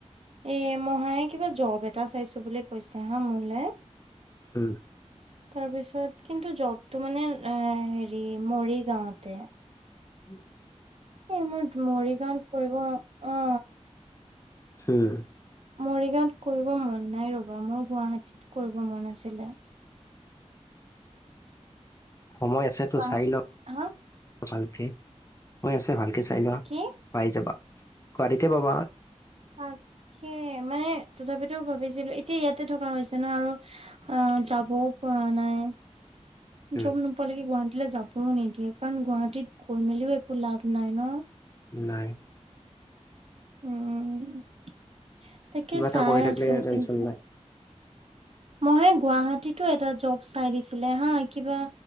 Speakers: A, on the right (about 60°); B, on the left (about 25°).
A: এ মহায়ে কিবা জব এটা চাইছো বুলি কৈছে হা মোলৈ
B: <unintelligible>
A: তাৰ পিছত কিন্তু জবটো মানে এ হেৰি মৰি গাঁওতে।
B: উম।
A: এই মোৰ মৰিগাঁৱত কৰিব, অ।
B: হম।
A: মৰিগাঁৱত কৰিব মন নাই ৰ'বা, মোৰ গুৱাহাটীত কৰিব মন আছিলে।
B: সময় আছেতো
A: কোৱা
B: চাই ল,
A: হা
B: ভালকে সময় আছে ভালকে চাই ল।
A: কি?
B: পাই যাবা, গুৱাহাটীতে পাবা।
A: তাকে মানে তথাপিতো ভাবিছিলোঁ এতিয়া ইয়াতে থকা হৈছে ন আৰু। অ, যাবও পৰা নাই,
B: উম,
A: যম গুৱাহাটীলৈ যাবও নিদিয়ে, কাৰণ গুৱাহাটীত গৈ মেলিও একো লাভ নাই ন।
B: নাই।
A: উম, তাকে
B: কিবা এটা
A: চাই
B: কৰি থাকিলে
A: আছোঁ,
B: টেনচন
A: কিন্তু
B: নাই।
A: মহাই গুৱাহাটীতো এটা জব চাই দিছিলে হা, কিবা